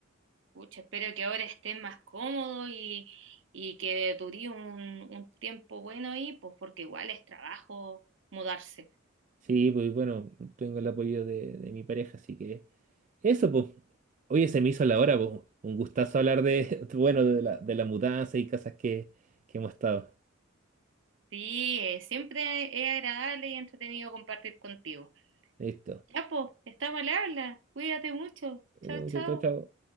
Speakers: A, on the right; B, on the right.
A: Pucha, espero que ahora estés más cómodo y, y que dure un, un tiempo bueno ahí, pues porque igual es trabajo mudarse.
B: Sí, pues bueno, tengo el apoyo de, de mi pareja, así que eso, pues. Oye, se me hizo la hora, pues. Un gustazo hablar de, <laughs> bueno, de la, de la mudanza y cosas que, que hemos estado.
A: Sí, eh, siempre es agradable y entretenido compartir contigo.
B: Listo.
A: Ya, pues, estamos al habla. Cuídate mucho.
B: Cuídate
A: Chao,
B: mucho,
A: chao.
B: Chao, chao.